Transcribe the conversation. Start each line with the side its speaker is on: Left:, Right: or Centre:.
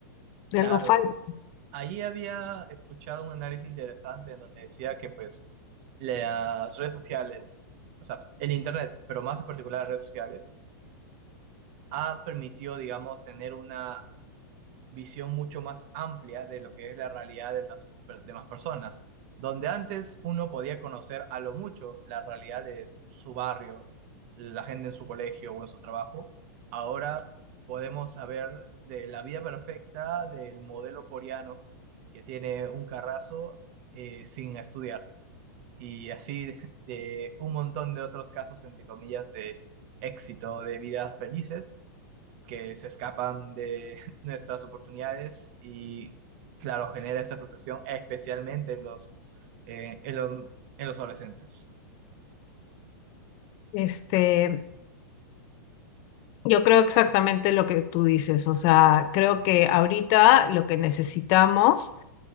Left: De
Right: claro.
Left: algo falso.
Right: Ahí había escuchado un análisis interesante en donde decía que pues las redes sociales, o sea, el Internet, pero más en particular las redes sociales, ha permitido, digamos, tener una visión mucho más amplia de lo que es la realidad de las per- demás personas. Donde antes uno podía conocer a lo mucho la realidad de su barrio, la gente en su colegio o en su trabajo, ahora podemos saber de la vida perfecta del modelo coreano que tiene un carrazo eh, sin estudiar y así de, de un montón de otros casos, entre comillas, de éxito, de vidas felices, que se escapan de <laughs> nuestras oportunidades y, claro, genera esta frustración, especialmente en los, eh, en los, en los adolescentes.
Left: Este, yo creo exactamente lo que tú dices, o sea, creo que ahorita lo que necesitamos